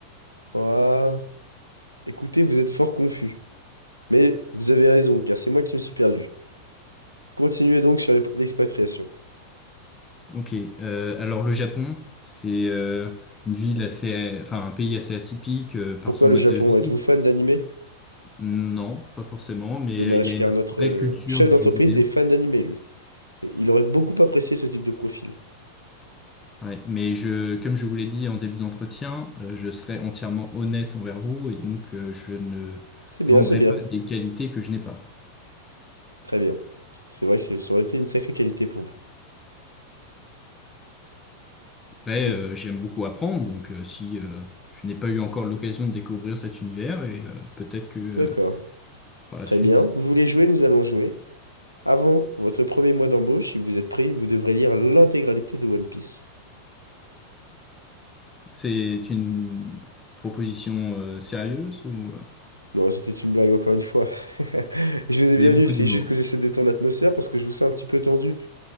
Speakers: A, on the right; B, on the left.
A: Ah, écoutez, vous êtes fort confus. Mais vous avez raison, car c'est moi qui me suis perdu. Continuez donc sur l'ép- l'expatriation.
B: Ok. Euh, alors, le Japon, c'est euh, une ville assez, enfin, un pays assez atypique euh, par
A: Pourquoi
B: son
A: le
B: mode
A: Japon?
B: de vie.
A: Êtes-vous fan d'anime?
B: Non, pas forcément, mais
A: Dommage,
B: euh, il y a
A: car
B: une
A: notre
B: vraie
A: euh,
B: culture
A: chef
B: du
A: d'entreprise
B: jeu vidéo.
A: est fan d'anime, lui. Et Il aurait beaucoup apprécié ce type de profil.
B: Ouais. Mais je, comme je vous l'ai dit en début d'entretien, euh, je serai entièrement honnête envers vous et donc euh, je ne
A: C'est bien,
B: vendrai
A: c'est bien.
B: pas des qualités que je n'ai pas.
A: Très bien. C'est vrai que c'est- ça aurait été une sacrée qualité pour vous.
B: Après,
A: Oh,
B: euh, j'aime beaucoup apprendre, donc euh, si euh, je n'ai pas eu encore l'occasion de découvrir cet univers, et euh, peut-être que euh,
A: D'accord.
B: par la
A: Très
B: suite,
A: bien. Vous voulez jouer? Nous allons jouer. Avant votre premier mois d'embauche, si vous êtes pris, vous devrez lire l'intégralité de One Piece.
B: c'est une proposition euh, sérieuse ou euh,
A: Non, c'était une blague encore une fois. <laughs> Je vous ai
B: vous
A: bien
B: avez beaucoup
A: eu, c'est
B: d'humour?
A: juste que j'essaie de détendre l'atmosphère parce que je vous sens un petit peu tendu.